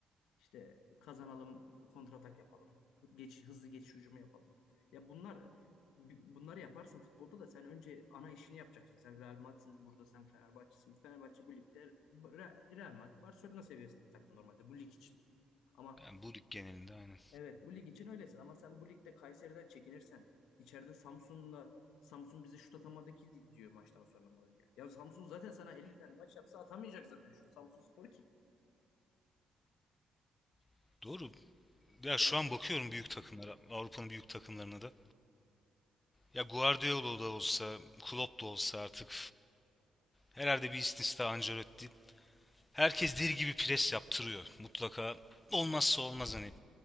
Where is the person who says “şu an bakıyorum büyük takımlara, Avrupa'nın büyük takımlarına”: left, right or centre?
Left